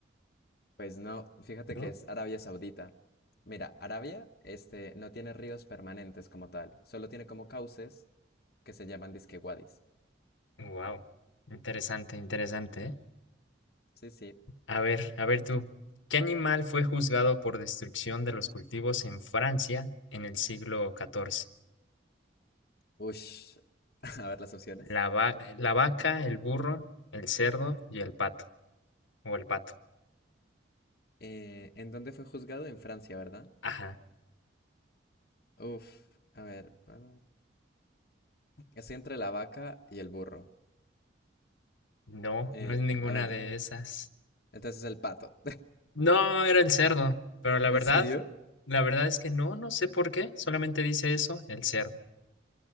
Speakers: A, on the left; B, on the left.
A: Pues no, fíjate
B: ¿No?
A: que es Arabia Saudita. Mira, Arabia, este, no tiene ríos permanentes como tal, solo tiene como cauces que se llaman disque wadis.
B: Wow. Interesante, interesante, ¿eh?
A: Sí, sí.
B: A ver, a ver tú. ¿Qué animal fue juzgado por destrucción de los cultivos en Francia en el siglo XIV?
A: Ush, <laughs> a ver las opciones.
B: La, va- la vaca, el burro, el cerdo y el pato. O el pato.
A: Eh, ¿en dónde fue juzgado? En Francia, ¿verdad?
B: Ajá.
A: Uf, a ver. ah, Es entre la vaca y el burro.
B: No,
A: Eh,
B: no es ninguna
A: a ver,
B: de esas.
A: entonces el pato.
B: No, era el cerdo. Pero la
A: <laughs> ¿En
B: verdad,
A: serio?
B: la verdad es que no, no sé por qué. Solamente dice eso, el cerdo.